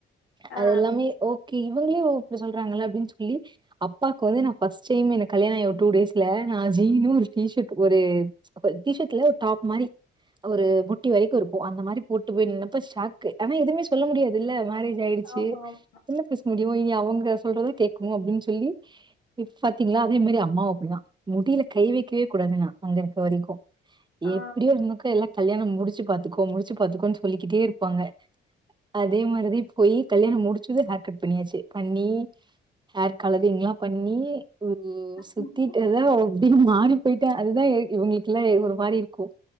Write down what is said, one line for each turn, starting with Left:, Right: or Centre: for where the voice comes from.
Left: ஆ,
Right: அது எல்லாமே ஓகே இவங்ளே ஓ இப்டி சொல்றாங்கல்ல அப்டின் சொல்லி அப்பாக் வந்து நா ஃபஸ்ட் டைம் எனக் கல்யாணாயி ஒரு டூ டேஸ்ல நா ஜீனு ஒரு டி ஷர்ட்டு ஒரு அப்ப டி ஷர்ட் இல்ல ஒரு டாப் மாரி ஒரு முட்டி வரைக்கு இருக்கு அந்த மாரி போட்டு போய் நின்னப்ப ஷாக்கு ஆனா எதும்மே சொல்ல முடியாதுல்ல மேரேஜ் ஆயிடுச்சு
Left: ஆமாம்.
Right: என்ன பேச முடியு இனி அவங்க சொல்றத கேக்கணு அப்டின் சொல்லி இப் பாத்தீங்ளா அதே மாரி அம்மாவு அப்பிடிதா முடில கை வெக்கவே கூடாது நா அங்க இருக்க வரைக்கு
Left: ஆ,
Right: எப்பிடியோ இருந்துக்கோ எல்லா கல்யாணம் முடிச்சு பாத்துக்கோ முடிச்சு பாத்துக்கோன் சொல்லிக்கிட்டே இருப்பாங்க அதே மாரிதி போயி கல்யாணம் முடிச்சது ஹேர் கட் பண்ணியாச்சு பண்ணி ஹேர் கலரிங்லா பண்ணி ஒரு சுத்திட்டே
Left: ம்.
Right: தா அப்டி மாறி போய்ட்டே அதுதா இ இவுங்ளுக்கெல்லா எ ஒரு மாரி இருக்கு